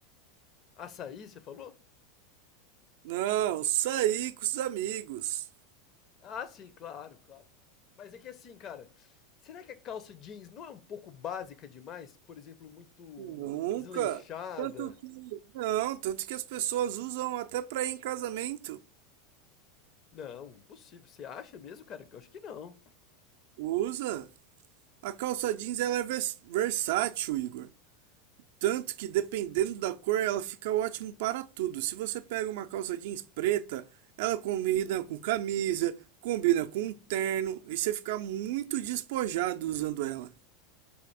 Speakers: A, on the left (about 45°); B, on the right (about 70°).
A: Açaí, você falou?
B: Não, sair com os amigos.
A: Ah, sim, claro, claro. Mas é que assim, cara, será que a calça jeans não é um pouco básica demais? Por exemplo, muito
B: Nunca.
A: desleixada?
B: Tanto que, não, tanto que as pessoas usam até pra ir em casamento.
A: Não, impossível. Você acha mesmo, cara? Eu acho que não.
B: Usa. A calça jeans ela é vers- versátil, Igor. Tanto que dependendo da cor, ela fica ótimo para tudo. Se você pega uma calça jeans preta, ela combina com camisa, combina com um terno e você fica muito despojado usando ela.